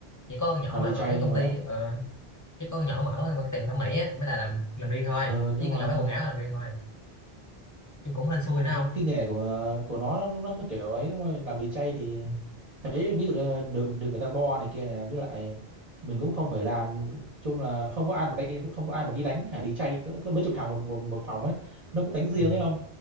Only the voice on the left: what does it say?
chỉ có con nhỏ
mà
mở
cái
công
ty
ờ chứ có con nhỏ mở mà cái tiệm thẩm mỹ á mới là làm làm riêng thôi
chứ
con nhỏ bán quần áo là làm riêng thôi nhưng cũng hên xui
nữa
không
ừ.
Ừ.